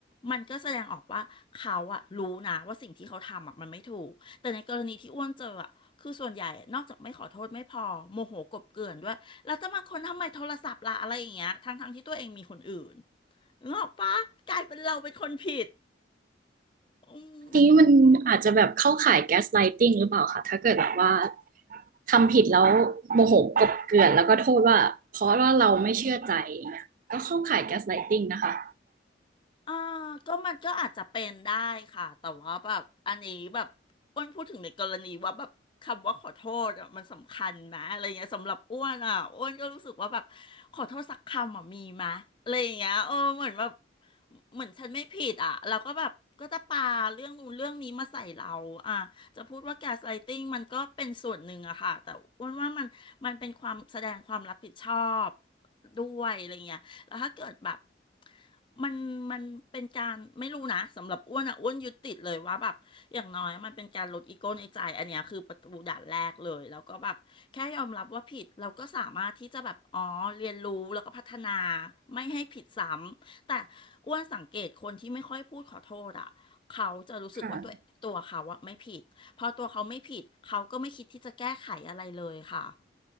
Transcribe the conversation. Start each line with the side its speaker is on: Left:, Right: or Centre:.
Left: มันก็แสดงออกว่าเขาอะรู้นะว่าสิ่งที่เขาทำอะมันไม่ถูกแต่ในกรณีที่อ้วนเจออะคือส่วนใหญ่อะนอกจากไม่ขอโทษไม่พอโมโหกลบเกลื่อนด้วยแล้วจะมาคนทำไมโทรศัพท์ล่ะอะไรอย่างเงี้ยทั้งทั้งที่ตัวเองมีคนอื่นงกออกปะกลายเป็นเราเป็นคนผิดอืม
Right: นี้มันอาจจะแบบเข้าข่ายแก๊สไลติงหรือเปล่าคะถ้าเกิดแบบว่าทำผิดแล้วโมโหกลบเกลื่อนแล้วก็โทษว่าเพราะว่าเราไม่เชื่อใจอย่างเงี้ยก็เข้าข่ายแก๊สไลติงนะคะ
Left: อืม อ่าก็มันก็อาจจะเป็นได้ค่ะแต่ว่าแบบอันนี้แบบอ้วนพูดถึงในกรณีว่าแบบคำว่าขอโทษอะมันสำคัญนะอะไรเงี้ยสำหรับอ้วนอ่ะอ้วนก็รู้สึกว่าแบบขอโทษสักคำอ่ะมีมะอะไรอย่างเงี้ยเออเหมือนแบบเหมือนฉันไม่ผิดอ่ะแล้วก็แบบก็จะปาเรื่องนู้นเรื่องนี้มาใส่เราอ่ะจะพูดว่าแกสไลติ้งมันก็เป็นส่วนหนึ่งอะค่ะแต่อ้วนว่ามันมันเป็นความแสดงความรับผิดชอบด้วยอะไรเงี้ย แล้วถ้าเกิดแบบมันมันเป็นการไม่รู้นะสำหรับอ้วนอ่ะอ้วนยึดติดเลยว่าแบบอย่างน้อยมันเป็นการลดอีโก้ในใจอันเนี้ยคือประตูด่านแรกเลยแล้วก็แบบแค่ยอมรับว่าผิดเราก็สามารถที่จะแบบอ๋อเรียนรู้แล้วก็พัฒนาไม่ให้ผิดซ้ำแต่อ้วนสังเกตคนที่ไม่ค่อยพูดขอโทษอ่ะเขาจะรู้สึกว่าตัวตัวเขาอะไม่ผิดพอตัวเขาไม่ผิดเขาก็ไม่คิดที่จะแก้ไขอะไรเลยค่ะ
Right: ค่ะ